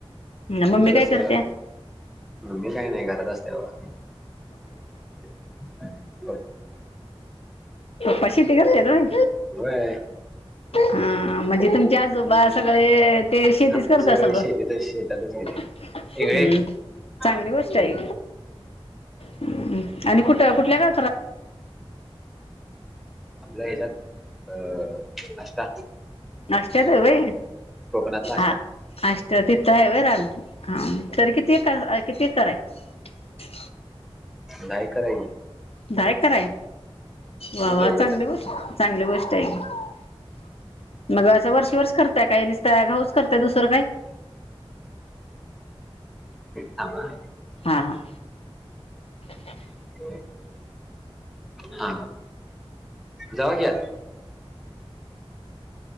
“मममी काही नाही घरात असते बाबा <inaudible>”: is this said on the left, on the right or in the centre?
Centre